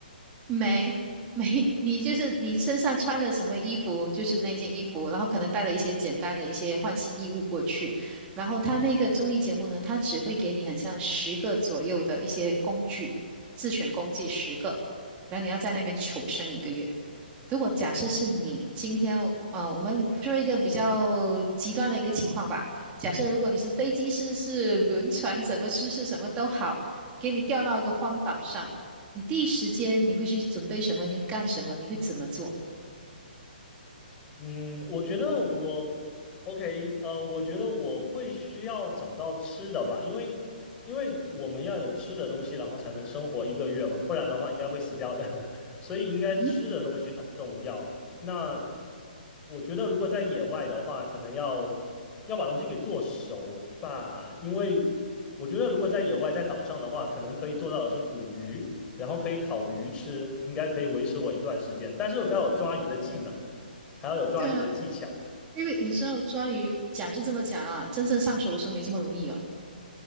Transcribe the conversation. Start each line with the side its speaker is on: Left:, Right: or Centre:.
Right: 没 <laughs> 没，你就是你身上穿的什么衣服，就是那件衣服，然后可能带了一些简单的一些换洗衣物过去。然后他那个综艺节目呢，他只会给你很像十个左右的一些工具，自选工具十个，然后你要在那边求生一个月。如果假设是你今天，啊，我们说一个比较极端的一个情况吧，假设如果你是飞机失事、轮船什么失事什么都好，给你调到一个荒岛上。你第一时间你会去准备什么？你会干什么？你会怎么做？
Left: 嗯，我觉得我 OK，呃，我觉得我会需要找到吃的吧，因为因为我们要有吃的东西，然后才能生活一个月嘛，不然的话应该会死掉的，<laughs> 所以应该吃的东西很重要。
Right: 嗯，
Left: 那我觉得如果在野外的话，可能要要把东西给做熟吧，因为我觉得如果在野外在岛上的话，可能可以做到的是捕鱼，然后可以烤鱼吃，应该可以维持我一段时间，但是我要有抓鱼的技能。还要有抓鱼的技巧。
Right: 对啊，因为你知道抓鱼讲是这么讲啊，真正上手的时候没这么容易哦。